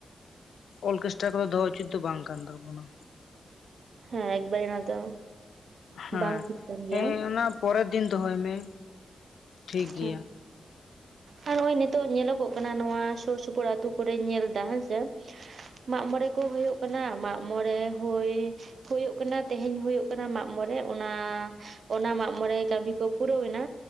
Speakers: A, on the left (about 85°); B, on the right (about 65°).
A: ᱚᱨᱠᱮᱥᱴᱨᱟ ᱠᱚᱫᱚ ᱫᱚᱦᱚ ᱩᱪᱤᱛ ᱫᱚ ᱵᱟᱝ ᱠᱟᱱ ᱛᱟᱵᱚᱱᱟ
B: ᱦᱮᱸ ᱮᱠᱵᱟᱨᱮ ᱚᱱᱟ ᱫᱚ
A: ᱦᱮᱸ
B: ᱵᱟᱝ ᱴᱷᱤᱠ ᱠᱟᱱ ᱜᱮᱭᱟ
A: ᱦᱮᱸ ᱚᱱᱟ ᱯᱚᱨᱮᱨ ᱫᱤᱱ ᱫᱚᱦᱚᱭ ᱢᱮ ᱴᱷᱤᱠ ᱜᱮᱭᱟ
B: ᱦᱮᱸ ᱟᱨ ᱱᱚᱜᱼᱚᱭ ᱱᱤᱛᱚᱜ ᱧᱮᱞᱚᱜᱚᱜ ᱠᱟᱱᱟ ᱱᱚᱣᱟ ᱥᱩᱨ ᱥᱩᱯᱩᱨ ᱟᱹᱛᱩᱳ ᱠᱚᱨᱮᱧ ᱧᱮᱞᱫᱟ ᱦᱮᱸᱥᱮ ᱢᱟᱜᱢᱚᱬᱮ ᱠᱚ ᱦᱩᱭᱩᱜ ᱠᱟᱱᱟ ᱢᱟᱜ ᱢᱚᱬᱮ ᱦᱳᱭ ᱦᱩᱭᱩᱜ ᱠᱟᱱᱟ ᱛᱮᱦᱮᱧ ᱦᱩᱭᱩᱜ ᱠᱟᱱᱟ ᱢᱟᱜ ᱢᱚᱬᱮ ᱚᱱᱟ ᱚᱱᱟ ᱢᱟᱜᱼᱢᱚᱬᱮ ᱠᱟᱹᱢᱤ ᱠᱚ ᱯᱩᱨᱟᱹᱣ ᱮᱱᱟ᱾